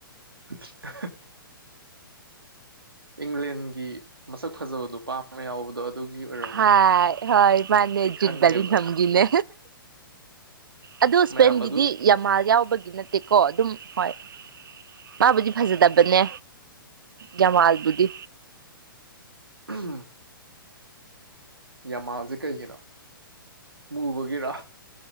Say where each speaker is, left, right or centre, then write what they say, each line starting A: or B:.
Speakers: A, on the right; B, on the right.
A: ꯑꯍ ꯏꯪꯂꯦꯟꯒꯤ ꯃꯁꯛ ꯐꯖꯕ ꯅꯨꯄꯥꯃ ꯌꯥꯎꯕꯗꯣ ꯑꯗꯨꯒꯤ ꯑꯣꯏꯔꯝꯒꯅꯤ
B: ꯍ ꯍꯣꯏ ꯃꯥꯅꯦ
A: ꯑꯩ ꯈꯪꯉꯦꯕ
B: ꯖꯨꯠꯕꯦꯂꯥꯡꯍꯝꯒꯤꯅꯦ ꯑꯗꯨ ꯏꯁꯄꯦꯟꯒꯤꯗꯤ
A: ꯃꯌꯥꯝ ꯑꯗꯨ
B: ꯌꯥꯝꯃꯥꯜ ꯌꯥꯎꯕꯒꯤ ꯅꯠꯇꯦꯀꯣ ꯑꯗꯨꯝ ꯍꯣꯏ ꯃꯥꯕꯨꯗꯤ ꯐꯖꯗꯕꯅꯦ ꯖꯋꯥꯥꯜꯕꯨꯗꯤ
A: ꯎꯝ ꯌꯥꯃꯜꯁꯦ ꯀꯩꯒꯤꯅꯣ ꯃꯨꯕꯒꯤꯔꯥ